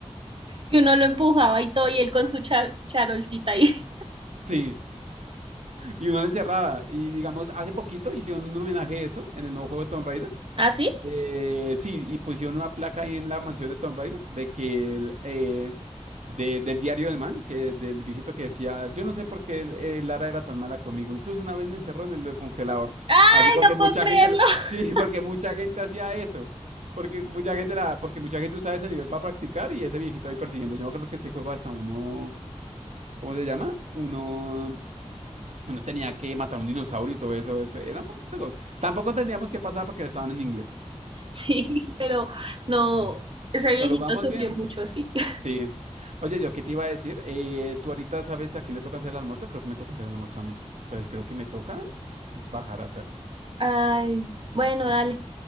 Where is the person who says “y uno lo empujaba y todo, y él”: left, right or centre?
Right